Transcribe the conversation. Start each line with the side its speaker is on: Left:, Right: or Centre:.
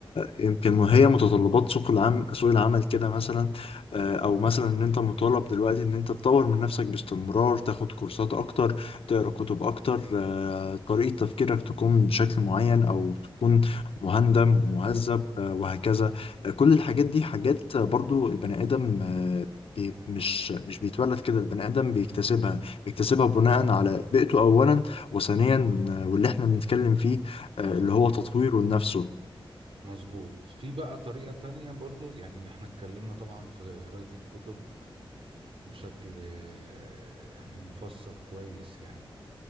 Left: فيمكن هي متطلبات سوق العمل سوق العمل كده مثلا آه، او مثلا ان انت مطالب دلوقتي ان انت تطور من نفسك باستمرار تاخد كورسات اكتر تقرا كتب اكتر آه، طريقة تفكيرك تكون بشكل معين او تكون مهندم ومهذب آه، وهكذا آه، كل الحاجات دي حاجات برضو البني ادم آه، بي- مش مش بيتولد كده البني ادم بيكتسبها بيكتسبها بناء على بيئته اولا وثانيا آه، واللي احنا بنتكلم فيه
Right: مظبوط
Left: آه، اللي هو تطويره لنفسه
Right: مظبوط في بقى طريقة تانية برضو يعني احنا اتكلمنا طبعا في قراية الكتب بشكل آه، يعني مفصل كويس يعني